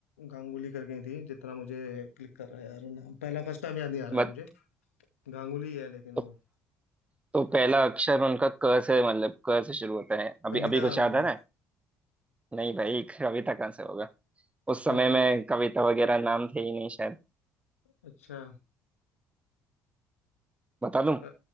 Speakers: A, on the left; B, on the right.
A: गांगुली करके थी जितना मुझे क्लिक कर रहा है यार वो नाम पहला फर्स्ट नाम याद नहीं आ रहा
B: बत,
A: है मुझे गांगुली है लेकिन वो
B: तो, तो पहला अक्षर उनका क से मतलब क से शुरू होता है अभी
A: कविता
B: अभी कुछ
A: गांगुली
B: याद आ रहा है नहीं भाई अभी तक कहाँ से होगा उस समय
A: क्योंकि
B: में कविता वगैरह नाम थे ही नहीं शायद
A: अच्छा
B: बता दूं
A: यार